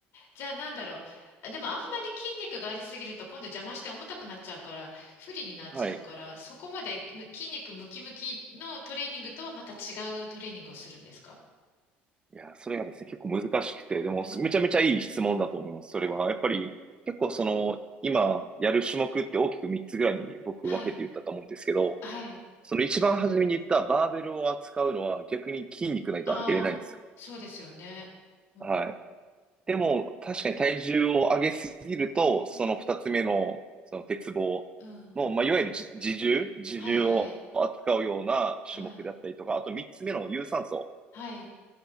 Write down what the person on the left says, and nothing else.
じゃあなんだろう。あでもあんまり筋肉がありすぎると今度邪魔して重たくなっちゃうから、不利になっちゃうから、
そこまでむ筋肉ムキムキのトレーニングとはまた違うトレーニングをするんですか
うん。
はい。はい。
ああ、そうですよね。うん。
うん。
うん。
はい、はい。はい。
はい。